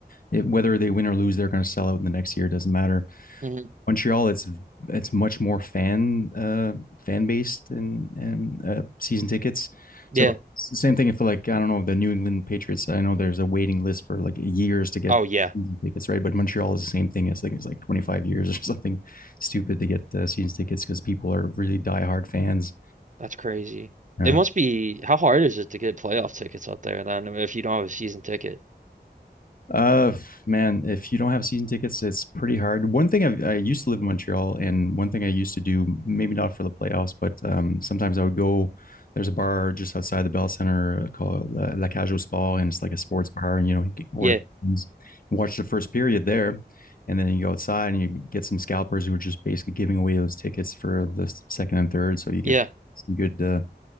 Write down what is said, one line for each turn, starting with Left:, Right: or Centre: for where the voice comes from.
Left: it, whether they win or lose they're going to sell out in the next year It doesn't matter
Right: hmm
Left: Montreal, it's it's much more fan uh, fan based and and uh, season tickets.
Right: yeah
Left: So it's the same thing. If like I don't know the New England Patriots, I know there's a waiting list for like years to get
Right: oh yeah
Left: season tickets, right? But Montreal is the same thing. It's like it's like 25 years <laughs> or something stupid to get uh, season tickets because people are really diehard fans.
Right: that's crazy
Left: Uh,
Right: it must be how hard is it to get playoff tickets up there then if you don't have a season ticket
Left: Uh, man, if you don't have season tickets, it's pretty hard. One thing I, I used to live in Montreal, and one thing I used to do, maybe not for the playoffs, but um, sometimes I would go. There's a bar just outside the Bell Center uh, called La, La Cage au Sport, and it's like a sports bar, and you know, you can order
Right: yeah
Left: watch the first period there, and then you go outside and you get some scalpers who are just basically giving away those tickets for the second and third, so you get
Right: yeah
Left: some good uh,